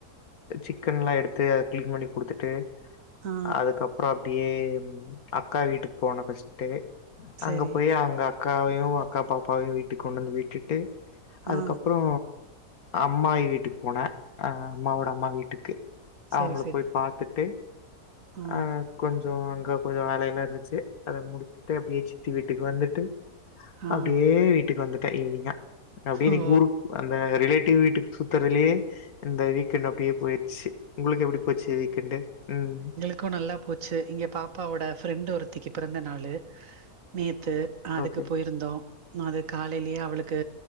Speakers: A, on the left; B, on the right.
A: சிக்கன்ல்லா எடுத்து அத கிளீன் பண்ணி குடுத்துட்டு
B: ஆ
A: அதுக்கப்பற அப்டியே அக்கா வீட்டுக்கு போன ஃப்ஸ் ட்டு
B: சேரி
A: அங்க போய் அவங்க அக்காவையூ அக்கா பாப்பாவையூ வீட்டுக்கு கொண்டு வந்து விட்டுட்டு அதுக்கப்புறோ
B: ஆ
A: அம்மாயீ வீட்டுக்கு போனே அ அம்மாவோட அம்மா வீட்டுக்கு
B: சேரி
A: அவுங்கள
B: சேரி
A: போய் பார்த்துட்டு
B: ஆ
A: அ கொஞ்சோ அங்க கொஞ்ச வேலையல்லா இருந்துச்சு அத முடித்துட்டு அப்படியே சித்தி வீட்டுக்கு வந்துட்டு
B: ஆ
A: அப்டியே வீட்டுக்கு வந்துட்டே ஈவினிங்கா அப்டியே இன்னிக்கி
B: ஓ
A: ஊருக் அந்த ரிலேட் டு வீட்டுக் சுத்துறலயே இந்த வீக்கெண்ட் அப்டியே போயிட்ச் ச்சு உங்களுக்கு எப்படி போச்சு வீக்கண்டு ம்
B: இப்ப நல்லா போச்சு இங்க பாப்பாவோட ஃப்ரெண்ட் ஒருத்திக்கு பிறந்த நாளு நேத்து அதுக்கு
A: ஓகே
B: போயிருந்தோ அது காலேலயே அவளுக்கு